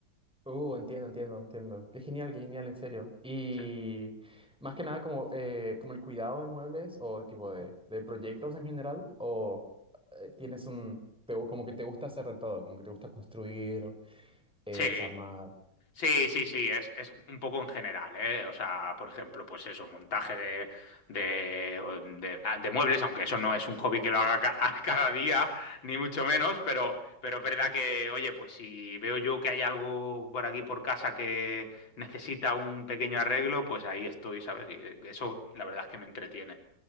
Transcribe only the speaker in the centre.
Uh, entiendo, entiendo, entiendo. Qué genial, qué genial, en serio. Y
más que nada como, eh, como el cuidado de muebles o tipo de, de proyectos en general, o eh, tienes un, te gu- como que te gusta hacer de todo, como que te gusta construir, eh,
desarmar.